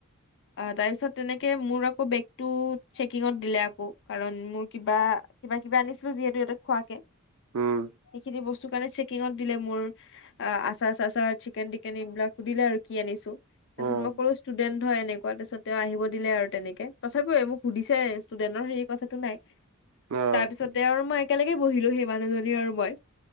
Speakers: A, on the left; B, on the right.
A: আ তাৰপিছত তেনেকে মোৰ আকৌ বেগটো চেকিঙত দিলে আকৌ কাৰণ মোৰ কিবা কিবা কিবা আনিছিলো যিহেতু ইয়াতে খোৱাকে,
B: উম,
A: সেইখিনি বস্তু কাৰণে চে কিঙত দিলে মোৰ আচাৰ চাচাৰ চিকেন টিকেন এই বিলাক সুধিলে আৰু কি আনিছো তাৰ
B: অ',
A: পিছত মই কলোঁ ষ্টুডেন্ট হয় এনে কোৱাৰ পিছত তেওঁ আহিব দিলে আৰু তেনেকে, তথাপিও মোক সুধিছে ষ্টুডেন্টৰ হেৰি কথাটো নাই
B: অ', অ',
A: তাৰপিছতে তেওঁ আৰু মই একেলগে বহিলো সেই মানুহজনী আৰু মই